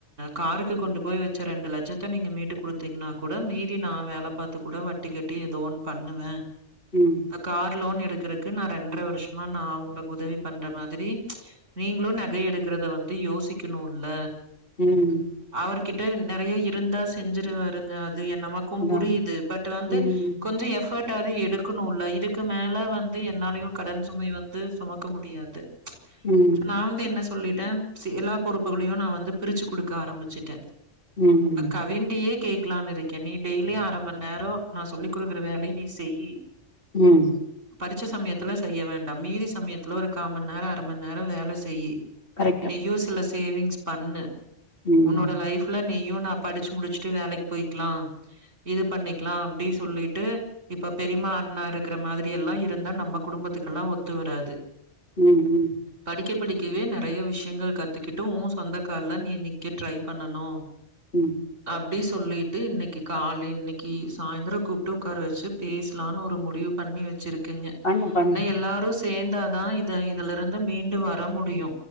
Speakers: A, on the right; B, on the left.
A: காருக்கு கொண்டு போய் வச்ச ரெண்டு லெட்சத்த நீங்க மீட்டு குடுத்தீங்கனா கூட மீதி நா வேல பாத்து கூட வட்டி கட்டி ஏதோ ஒன்னு பண்ணுவ
B: ம்
A: கார் லோன் எடுக்குறக்கு நா ரெண்ர வர்ஷமா நா அவங்களுக்கு உதவி பண்ற மாதிரி நீங்களு நகை எடுக்குறத வந்து யோசிக்கணும்ல
B: ம்
A: அவருகிட்ட நெறைய இருந்தா செஞ்சுருவாருங்க அது என்னமோ
B: அதா
A: புரியுது
B: அதா
A: பட் வந்து
B: ம்
A: கொஞ்சோ எஃபர்ட் போட்டாது எடுக்கணுல்ல இதுக்கு மேல வந்து என்னாலயு கடன் சுமைய வந்து சுமக்க முடியாது
B: ம்
A: சோ நா வந்து என்ன சொல்லிட்ட சீ எல்லா பொறுப்புகளையு நா வந்து பிரிச்சு குடுக்க ஆரம்பிச்சுட்டே
B: ம் ம்
A: கவின்டயே கேக்கலானு இருக் கே நீ டெய்லி அர மண் நேரோ நா சொல்லி குடுக்குற வேலயு நீ செய்யி
B: ம்
A: பருச்ச சமயத்துல செய்ய வேண்டா மீதி சமயத்துல ஒரு கா மண் நேரோ அர மண் நேரோ வேல செய்யி
B: கரெக்ட்டு
A: நீயு சில சேவிங்ஸ் பண்ணு
B: ம்
A: உன்னோட லைஃப் ல நீயு நா படுச்சு முடிச்சுட்டு வேலைக்கு போயிக்கலா இது பண்ணிக்கலா அப்டி சொல்லிட்டு இப்ப பெரிமா அண்ணா இருக்குற மாதிரி எல்லா இருந்தா நம்ம குடும்பத்துகெல்லா ஒத்து வராது
B: ம் ம்
A: படிக்க படிக்கவே நெறைய விஷ்யங்கள் கத்துகிட்டு ஓ சொந்த கால்ல நீ நிக்க ட்ரை பண்ணனு
B: ம்
A: அப்டி சொல்லிட்டு இன்னைக்கி கால்லே இன்னைக்கி சாய்ந்தரோ கூப்டு உக்கார வச்சு பேசலானு ஒரு முடிவு பண்ணி வச்சுருக் கேங்க ஏனா
B: பண்ணு பண்ணு
A: எல்லாரு சேந்தாதா இத இதுல இருந்து மீண்டு வர முடியு